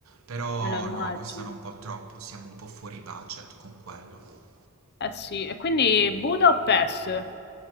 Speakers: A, on the right (about 70°); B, on the left (about 50°).
A: però
B: me lo immagino.
A: no, costano un po' troppo, siamo un po' fuori budget con quello.
B: Eh sì, e quindi Budapest?